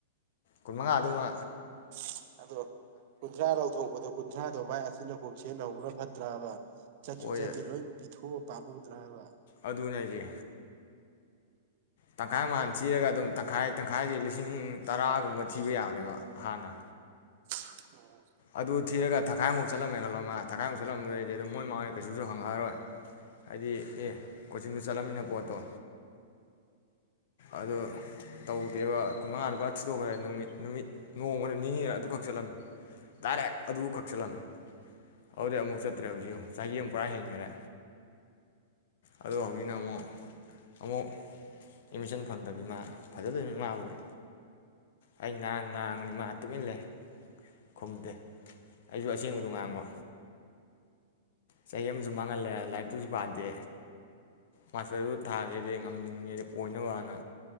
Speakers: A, on the left; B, on the right.
A: ꯀꯨꯟꯃꯉꯥ ꯗꯨꯃ
B: <unintelligible> ꯑꯗꯣ ꯀꯨꯟꯊ꯭ꯔꯥ ꯂꯧꯊꯣꯛꯄꯗꯣ ꯀꯨꯟꯊ꯭ꯔꯥꯗꯣ ꯃꯥꯏ ꯑꯆꯤꯛꯄ ꯑꯀꯣꯝ ꯁꯤꯖꯤꯟꯄꯍꯧ <unintelligible> ꯐꯠꯇ꯭ꯔꯕ ꯆꯇ꯭ꯔꯨꯛ
A: ꯑꯣꯏ
B: ꯆꯇ꯭ꯔꯦꯠ ꯂꯣꯏ ꯄꯤꯊꯣꯛ ꯄꯥꯃꯨꯗ꯭ꯔꯕ ꯍꯥꯏꯕ
A: ꯑꯗꯨꯅꯦ ꯍꯥꯏꯖꯦ ꯇꯪꯈꯥꯏ ꯃ ꯍꯥꯟ ꯊꯤꯔꯒ ꯗꯨꯝ ꯇꯪꯈꯥꯏ ꯇꯪꯈꯥꯏꯖꯦ ꯂꯤꯁꯤꯡ ꯇꯔꯥ ꯒꯨꯝꯕ ꯊꯤꯕ ꯌꯥꯕꯅꯦꯕ ꯍꯥꯟꯅ
B: <unintelligible>
A: ꯑꯗꯨ ꯊꯤꯔꯒ ꯊꯈꯥꯏ ꯃꯨꯛ ꯆꯠꯂꯝꯃꯦ ꯈꯜꯂꯣ ꯃꯥ ꯊꯈꯥꯏ ꯃꯨꯛ ꯆꯠꯂꯝꯕꯗꯩꯗꯤ ꯑꯗꯨꯝ ꯃꯣꯏ ꯃꯥ ꯍꯣꯏꯅ ꯀꯩꯁꯨꯝꯁꯨ ꯍꯪꯉꯛꯑꯔꯣꯏ ꯍꯥꯏꯗꯤ ꯑꯦ ꯀꯣꯆꯤꯡꯗꯣ ꯆꯠꯂꯝꯅꯤꯅ ꯄꯣꯠꯇꯣ ꯑꯗꯣ ꯇꯧꯗꯦꯕ ꯀꯨꯟꯃꯉꯥ ꯄꯨꯂꯞ ꯊꯤꯗꯣꯛꯈ꯭ꯔꯦ ꯅꯨꯃꯤ ꯅꯨꯃꯤꯠ ꯅꯣꯡꯃꯔ ꯅꯤꯅꯤꯔ ꯑꯗꯨ ꯈꯔ ꯆꯠꯂꯝꯃꯦ ꯗꯥꯏꯔꯦꯛ ꯑꯗꯨꯈꯛ ꯆꯠꯂꯝꯃꯦ ꯑꯗꯨꯗꯩ ꯑꯃꯨꯛ ꯆꯠꯇ꯭ꯔꯦ ꯍꯧꯖꯤꯛ ꯌꯦꯡꯎ ꯆꯍꯤ ꯑꯃ ꯄꯨꯔꯥ ꯍꯦꯟꯒ꯭ꯔꯦ ꯑꯗꯣ ꯍꯧꯖꯤꯛꯅ ꯑꯃꯨꯛ ꯑꯃꯨꯛ ꯑꯦꯗꯃꯤꯁꯟ ꯐꯪꯗ꯭ꯔꯗꯤ ꯃꯥ ꯐꯖꯗꯣꯏꯅꯤ ꯃꯥꯕꯨꯗꯤ ꯑꯩ ꯉꯥꯔꯥꯡ ꯉꯥꯡꯕꯅꯦ ꯃꯥ ꯇꯨꯃꯤꯟ ꯂꯩ꯫ ꯈꯨꯝꯗꯦ ꯑꯩꯁꯨ ꯑꯁꯦꯡꯕꯗꯨ ꯉꯥꯡꯕ ꯆꯍꯤ ꯑꯃꯁꯨꯡ ꯃꯥꯡꯍꯜꯂꯦ ꯂꯥꯏꯔꯤꯛꯇꯨꯁꯨ ꯄꯥꯗꯦ ꯃꯥꯁꯇꯔꯗꯨ ꯊꯥꯒꯦꯗꯤ ꯉꯝꯒꯦꯗꯤ ꯑꯣꯏꯅꯕ ꯍꯥꯟꯅ